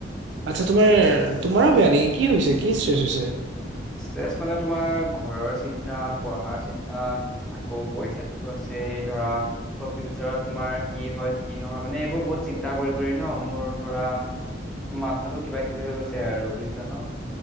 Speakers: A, on the right; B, in the centre.
A: আচ্ছা, তোমাৰ তোমাৰো বেয়া নেকি, কি হৈছে কি ষ্ট্ৰেছ হৈছে?
B: ষ্ট্ৰেচ মানে তোমাৰ ঘৰৰ চিন্তা, পঢ়াৰ চিন্তা। আকৌ পইচাটোতো আছেই ধৰা, আকৌ ফিউচাৰত তোমাৰ কি হয় কি নহয় মানে এইবোৰ বহুত চিন্তা কৰি কৰি ন' মোৰ ধৰা মাথাতো কিবা কিবি হৈ গৈছে আৰু বুজিছা ন'?